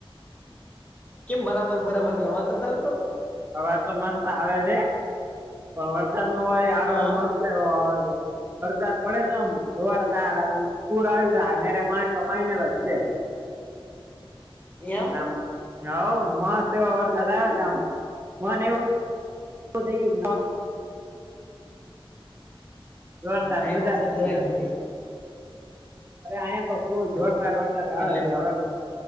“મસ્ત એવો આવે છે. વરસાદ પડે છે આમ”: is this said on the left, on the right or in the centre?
Right